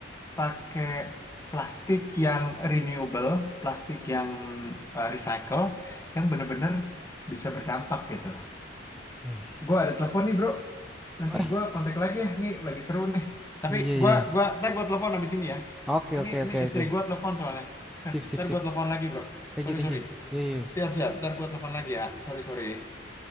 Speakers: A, on the left (about 15°); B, in the centre.
A: pakai plastik yang renewable, plastik yang eh, recycle, yang bener-bener bisa berdampak gitu.
B: Eh,
A: Gue ada telepon nih bro, Nanti
B: oh, eh,
A: gue kontak lagi ya, nih lagi seru nih. Tapi
B: iya,
A: gue
B: iya.
A: gua ntar gue telepon abis ini ya.
B: Oke,
A: Ini
B: oke,
A: ini
B: oke,
A: istri
B: oke.
A: gue telepon soalnya.
B: Sip, sip,
A: Ntar
B: sip.
A: gue telepon lagi bro.
B: Thank
A: Sorry
B: you, thank
A: sorry.
B: you. Yo, yo, yo.
A: Siap siap. Ntar gue telepon lagi ya. Sorry sorry.